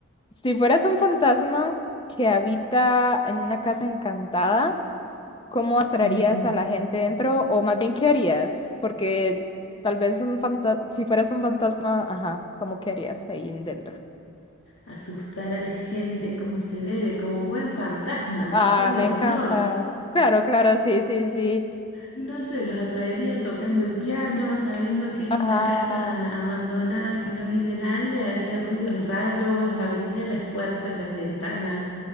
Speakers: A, on the left; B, on the left.
A: Si fueras un fantasma que habita en una casa encantada, ¿cómo atraerías
B: Ujú.
A: a la gente dentro? O más bien, ¿qué harías? Porque tal vez un fanta- si fueras un fantasma, ajá, ¿cómo qué harías ahí en dentro?
B: Asustar a la gente como se debe, como buen fantasma,
A: Ah,
B: hacerle
A: me
B: honor.
A: encanta. Claro, claro, sí, sí, sí.
B: No sé, los atraería tocando el piano, sabiendo que es
A: Ah,
B: una casa abandonada que no vive nadie, haría ruidos raros, abriría las puertas, las ventanas,